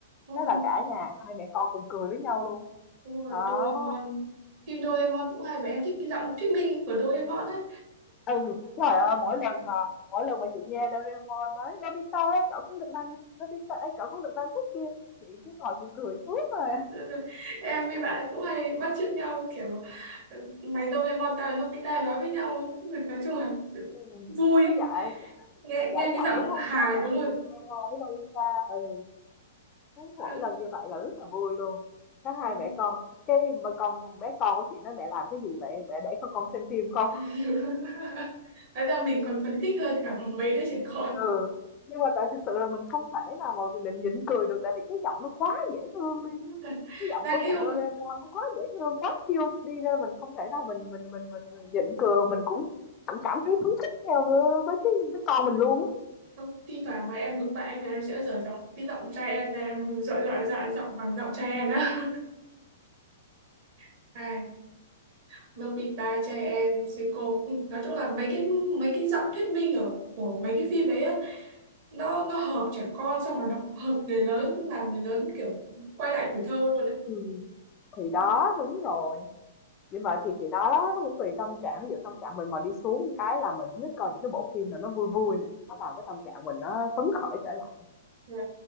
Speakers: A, on the right (about 45°); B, on the left (about 25°).
A: Ôi,
B: Thế là cả nhà hai mẹ con cùng cười với nhau luôn.
A: Đúng rồi,
B: Đó.
A: Doraemon phim Doraemon cũng hay và em thích cái giọng thuyết minh của Doraemon á
B: Ừ, trời ơi, mỗi lần mà mỗi lần mà chị nghe Doraemon nói Nobita ơi, cậu không được làm này, Nobita ơi, cậu không được làm thế kia, chị cứ ngồi chị cười suốt rồi.
A: <laughs> em với bạn cũng hay bắt chước nhau kiểu ừ, mày Doraemon tao là Nobita nói với nhau nói chung là
B: Ừ.
A: vui
B: Nó giả
A: nghe
B: giả
A: nghe cái
B: giọng
A: giọng
B: đúng không?
A: hài
B: Giả giọng
A: đúng rồi
B: của Doraemon với Nobita. Ừ. Thế
A: Ờ,
B: Mỗi lần như vậy là rất là vui luôn. Các
A: ờ.
B: hai mẹ con cái mà con bé con của chị nói mẹ làm cái gì vậy? Mẹ để con con xem phim không?
A: <laughs> nói ra mình còn phấn khích hơn cả mấy đứa trẻ con
B: Ừ, nhưng mà tại thực sự là mình không thể nào mà mình định nhịn cười được tại vì cái giọng nó quá dễ thương đi.
A: <laughs>
B: Cái giọng
A: đang
B: của
A: yêu
B: bạn Doraemon
A: mà
B: nó quá dễ thương, quá cute đi ra mình không thể nào mình mình mình mình, mình nhịn cười mình cũng cũng cảm thấy phấn khích theo với cái với con mình luôn á.
A: Không, thi thoảng mà em bực bại là em sẽ dở giọng cái giọng trai em ra em dọa dọa dọa giọng bằng giọng trai em á <laughs> ai Nobita trai em Seiko ừ, nói chung là mấy cái mấy cái giọng thuyết minh ở của mấy cái phim đấy á nó nó hợp trẻ con xong rồi nó cũng hợp người lớn tức là người lớn kiểu quay lại tuổi thơ luôn á
B: Ừ. Thì
A: Đúng,
B: đó đúng rồi. Nhưng mà thì chị nói đó nó cũng tùy tâm trạng ví dụ tâm trạng mình mà đi xuống cái là mình thích coi những cái bộ phim nào nó vui vui nè nó làm cái tâm trạng mình nó phấn khởi trở lại
A: dạ,